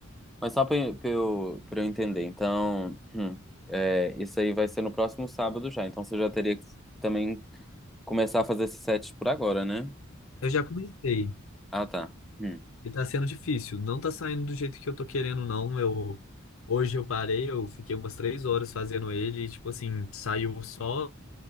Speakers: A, in the centre; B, on the left.
A: Mas só pra pra eu, pra eu entender, então, hum, é, isso aí vai ser no próximo sábado já. Então você já teria que também começar a fazer esses sets por agora, né?
B: Eu já comecei
A: Ah, tá. Hum.
B: e tá sendo difícil. Não tá saindo do jeito que eu tô querendo, não. Eu, hoje eu parei, eu fiquei umas três horas fazendo ele e, tipo assim, saiu só.